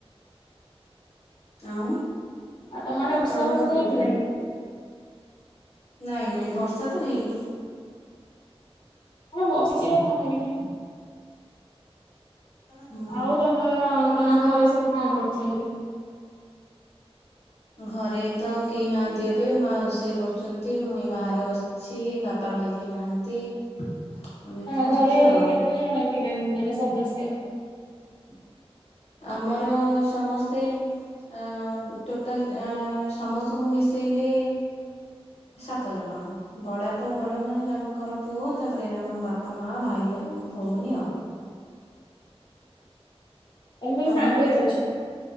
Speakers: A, on the left; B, on the left.
A: ଆଉ।
B: ଆଉ ତମ ଆଡେ ବର୍ଷା
A: ତମେ
B: ଫର୍ଷା
A: କଣ କରୁଛ
B: ହେଇଥିଲା
A: ଏବେ?
B: କି?
A: ନାଇଁ ନାଇଁ ବର୍ଷା ତ ହେଇନି।
B: ମୁଁ ବସିଚି ଆଉ କଣ କରିବି?
A: ହୁଁ।
B: ଆଉ ତମର ତମ ଘରେ ସବୁ କଣ କରୁ ଚାଲୁ।
A: ଘରେ ତ କେହି ନାହାନ୍ତି ଏବେ। ମା ରୋଷେଇ କରୁଛନ୍ତି, ମୁଁ ଏ ବାହାରେ ବସିଚି, ବାପା ଭାଇ କେହି ନାହାନ୍ତି। ଆମେ ଏମିତି
B: ତମ
A: ବସିଛୁ
B: ଘରେ
A: ଆଉ।
B: କେତେ ଜଣ କି ମେମ୍ ମାନେ ସଦସ୍ୟ? <inaudible>
A: ଆମର ସମସ୍ତେ ଅ ଟୋଟାଲ ଅ ସମସ୍ତଙ୍କୁ ମିଶେଇଲେ ସାତ ଜଣ। ବଡାପା ବଡ ମା ତାଙ୍କର ପୁଅ ତାପରେ ଆମ ବାପା ମା ଭାଇ ଆ ଭଉଣୀ ଆଉ।
B: ତମେ
A: ତମର
B: ସବୁ ସାଙ୍ଗରେ
A: କେତେ ଜଣ